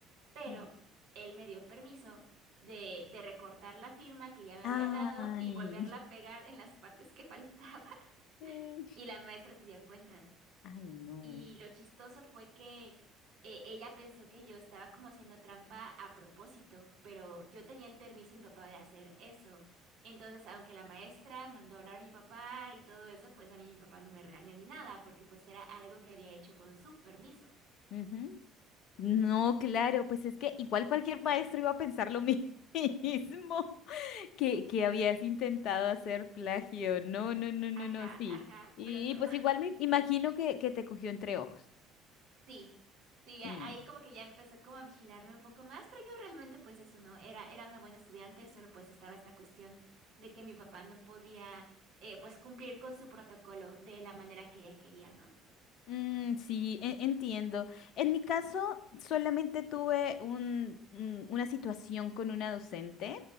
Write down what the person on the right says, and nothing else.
pero
él me dio permiso de, de recortar la firma que ya me había
dado y volverla a pegar en las partes que faltaba <laughs>
y la maestra se dio cuenta.
Y lo chistoso fue que eh, ella pensó que yo estaba como haciendo trampa a propósito, pero yo tenía el permiso de mi papá de hacer eso. Entonces, aunque la maestra mandó a hablar a mi papá y todo eso, pues a mí mi papá no me regañó ni nada, porque pues era algo que había hecho con su permiso.
Ajá,
ajá,
pero no.
Sí, sí, a-
ahí como que ya empezó como a vigilarme un poco más, pero yo realmente pues eso no, era, era una buena estudiante, solo pues estaba esta cuestión de que mi papá no podía eh, pues cumplir con su protocolo de la manera que ella quería, ¿no?